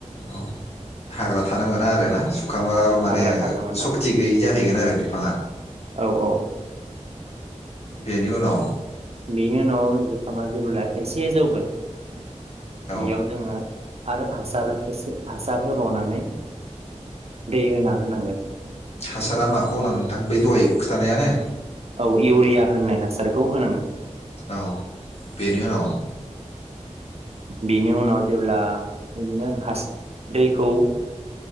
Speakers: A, on the left (about 55°); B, on the right (about 55°).
A: औ हाग्रा थानो मोना आरो ना, सुखांबा माने
B: हाग्रा थानो मोना
A: सक्ति गैयि जाहैगोन आरो बिफाङा।
B: औ औ
A: बेनि उनाव?
B: बेनि उनाव जुखामा जेब्ला एसे जौगोन
A: औ
B: बेयाव जोङो आरो हासार एसे हासार होबावनानै दै होना होनांगोन।
A: हासारा माखौ होनांगो नोंथां बै दहाय खिथानायानो?
B: औ इउरिया होननाय हासारखौ होनांगोन।
A: औ बेनि उनाव?
B: बिनि उनाव जेब्ला बिदिनो दैखौ